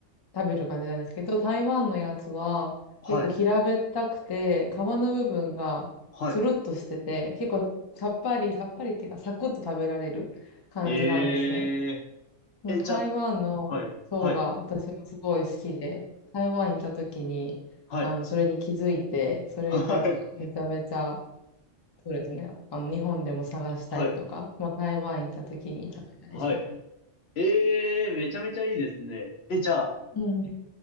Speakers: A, on the left; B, on the left.
A: 食べる感じなんですけど、台湾のやつは結構平べったくて皮の部分がつるっとしてて、
B: はい。はい。
A: 結構さっぱり、さっぱりっていうかサクッと食べられる感じなんですね。
B: え
A: その台湾の層が私もすごい好きで、
B: ー。え、じゃあ、はい。はい。
A: 台湾行った時に、
B: はい。
A: あの、それに気づいて、それからめちゃめちゃ、
B: はい。
A: そうですね、あの、日本でも探したりとか、
B: はい。
A: まあ、台湾行った時に食べたりします。
B: はい。えー、めちゃめちゃいいですね。え、じゃあ、
A: うん、